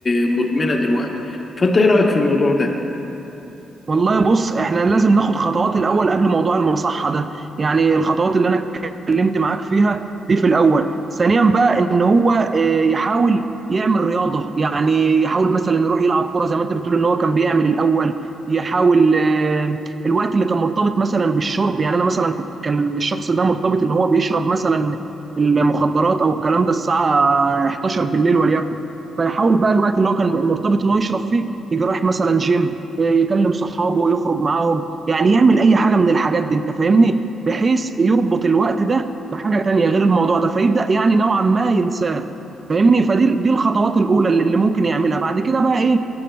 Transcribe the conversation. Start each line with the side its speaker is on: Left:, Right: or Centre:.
Left: مدمنه دلوقتي فانت ايه رايك في الموضوع ده
Right: والله بص احنا لازم ناخد خطوات الاول قبل موضوع المصحه ده يعني الخطوات اللي انا اتكلمت معاك فيها دي في الاول ثانيا بقى ان هو آه، يحاول يعمل رياضه يعني يحاول مثلا يروح يلعب كره زي ما انت بتقول ان هو كان بيعمل الاول يحاول آه، الوقت اللي كان مرتبط مثلا بالشرب يعني انا مثلا كنت كان الشخص ده مرتبط ان هو بيشرب مثلا المخدرات او الكلام ده الساعه 11 بالليل وليكن فيحاول بقى الوقت اللي هو كان مرتبط ان هو يشرب فيه يجي رايح مثلا جيم يكلم صحابه يخرج معاهم يعني يعمل اي حاجه من الحاجات دي انت فاهمني بحيث يربط الوقت ده بحاجه تانية غير الموضوع ده فيبدا يعني نوعا ما ينساه فاهمني فدي دي الخطوات الاولى اللي اللي ممكن يعملها بعد كده بقى ايه